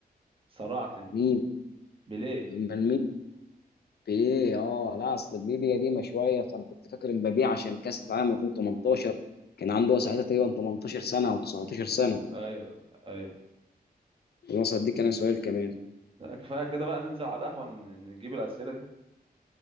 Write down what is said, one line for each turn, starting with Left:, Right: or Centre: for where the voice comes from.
Right: سرعت أنت
Left: مين
Right: بيليه
Left: من مين بيليه اه لا اصل بيليه قديمه شويه فانا كنت فاكر امبابي عشان كاس العالم 2018 كان عنده ساعتها تقريبا 18 سنه او 19 سنه
Right: أيوه أيوه
Left: الوسط دي كان سؤال كمان
Right: لا كفاية كده بقى ننزل على القهوة ن- نجيب الأسئلة دي